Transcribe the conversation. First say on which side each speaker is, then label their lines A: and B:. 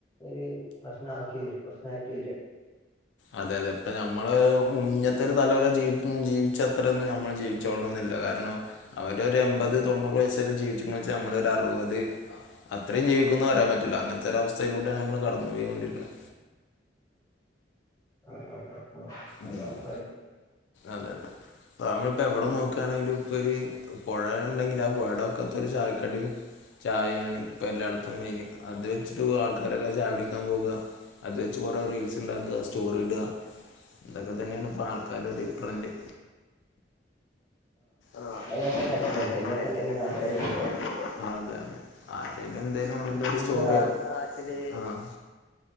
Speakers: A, on the left; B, on the left.
A: ഒര് പ്രശ്നാക്കി വരും പ്രശ്നായിട്ട് വര
B: അതെ അതെ ഇപ്പ നമ്മള് മുന്നത്തെരു തലമുറ ജീ ജീവിച്ചത്രൊന്നും നമ്മള് ജീ ച്ചോളണന്നില്ല കാരണം അവരൊര് എമ്പത് തൊണ്ണൂറ് വയസ്സ് വരെ ജീവിച്ച്ക്ക്ണു വെച്ചാ നമ്മളൊര് അർവത്. അത്രിം ജീവിക്കുംന്ന് പറയാൻ പറ്റൂല അങ്ങൻത്തൊരവസ്ഥയിലൂടെയാണ് നമ്മള് കടന്ന് പോയിക്കൊണ്ടിരിക്ക്ണ്
A: ആഹ് ആഹ് ആഹ് ആഹ്
B: ഉം
A: അതൊറപ്പായിട്ടും
B: അതെ അതെ പ്പ നമ്മളിപ്പെവ്ടെ നോക്കാണെങ്കിലും ഇപ്പൊര് പൊഴ ഇണ്ടെങ്കിൽ ആ പൊഴയുടെ വക്കത്തൊരു ചായക്കടിം ചായേണ് ഇപ്പെല്ലാടത്തും മെയ്ന് അത് വെച്ചിട്ട് ആൾക്കാരൊക്കെ ചായ കുടിക്കാൻ പോക അത് വെച്ച് കൊറേ റീൽസ്ണ്ടാക്ക സ്റ്റോറിട ഇതൊക്കെ തന്നെയാണ് ഇപ്പാൾക്കാരൊര് ട്രെൻഡ് ആഹ്
A: അതങ്ങനെ തന്നെ
B: അതങ്ങൻതന്നെ
A: ട്രെൻഡിന്റെ
B: ട്രൻഡിനപ്പല്ലെ
A: ഒപ്പല്ലേ പിന്നെ ആൾക്കാര്
B: പിന്നാൾക്കാര്
A: പോവാ
B: പോവ ആഹ് അതെ അതെ ആരേലു എന്തേലും വന്നിട്ടൊര്
A: ഇപ്പൊ ഇന്റെ
B: സ്റ്റോറിയോ ഇൻ്റെ നാട്ടില് ആഹ്